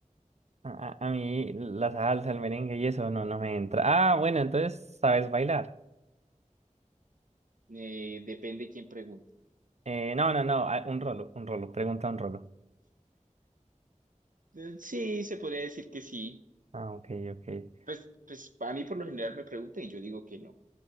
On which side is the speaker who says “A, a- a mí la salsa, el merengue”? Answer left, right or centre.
Right